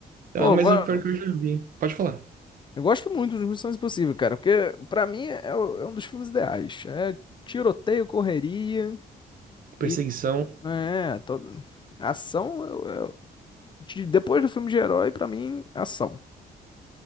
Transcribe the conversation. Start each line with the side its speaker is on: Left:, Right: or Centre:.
Right: Ah,
Left: Pô,
Right: mas
Left: eu, go-
Right: o pior que eu já vi. Pode falar.
Left: eu gosto muito de Missão Impossível, cara, porque pra mim é, é o- é um dos filmes ideais. É tiroteio, correria
Right: Perseguição,
Left: e é, todo... ação. eu- eu- de- Depois do filme de herói, pra mim, ação.